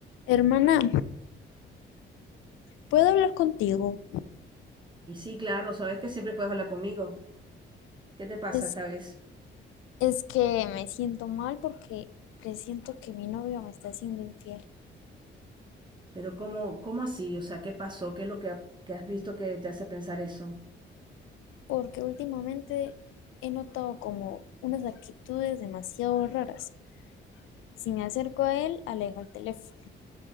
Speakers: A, on the left (about 85°); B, on the right (about 25°).
A: Hermana, ¿puedo hablar contigo?
B: Y sí, claro, sabes que siempre puedes hablar conmigo. ¿Qué te pasa
A: Es,
B: esta vez?
A: es que me siento mal porque presiento que mi novio me está haciendo infiel,
B: Pero ¿cómo, cómo así? O sea, ¿qué pasó? ¿Qué es lo que, ha- que has visto que te hace pensar eso?
A: porque últimamente he notado como unas actitudes demasiado raras. Si me acerco a él, alejo el teléfono.